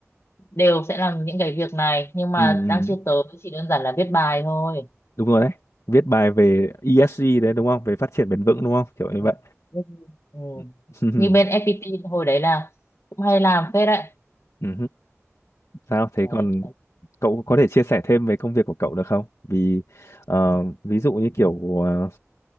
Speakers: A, on the left (about 60°); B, on the left (about 75°).
A: đều sẽ làm những cái việc này nhưng mà
B: ừ. ừ.
A: đang chưa tới chỉ đơn giản là viết bài thôi
B: Đúng rồi đấy. Viết bài về ESG đấy đúng không? Về phát triển bền vững đúng không? Kiểu như
A: ừ.
B: vậy.
A: Nhưng- ừ.
B: Ừ. <laughs>
A: như bên FPT hồi đấy là cũng hay làm phết đấy
B: Ừ. Sao thế
A: đấy,
B: còn
A: đấy.
B: cậu có thể chia sẻ thêm về công việc của cậu được không? Vì ờ, ví dụ như kiểu ờ,